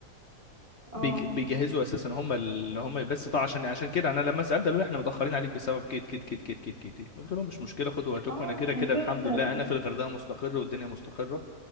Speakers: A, on the right; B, on the left.
A: اه
B: بيج- بيجهزوا اساسا هم اللي هم بس طبعا عشان عشان كده انا لما سالت قالوا لي احنا متاخرين عليك بسبب كيت كيت كيت كيت كيت كيت قلت لهم مش مشكله خدوا وقتكم
A: اه
B: انا كده
A: عشان
B: كده
A: كده
B: الحمد لله انا في الغردقه مستقر والدنيا مستقره